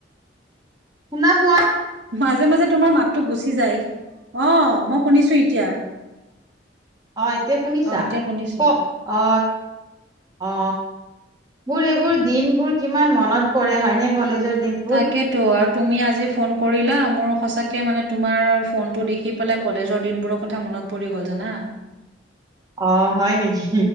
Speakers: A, on the right; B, on the right.
A: শুনা পোৱা।
B: মাজে মাজে তোমাৰ মাতটো গুচি যায় অ মই শুনিছো এতিয়া।
A: অ এতিয়া শুনিছা
B: অ এতিয়া শুনিছো
A: ক অ অ। মোৰ এইবোৰ দিন বোৰ কিমান মনত পৰে হয় নে কলেজৰ দিনবোৰ
B: তাকেতো আৰু তুমি আজি ফোন কৰিলা মোৰ সঁচাকে মানে তোমাৰ ফোনতটো দেখি পেলাই কলেজৰ দিনবোৰৰ কথা মন মনত পৰি গ'ল জানা
A: অ হয় নেকি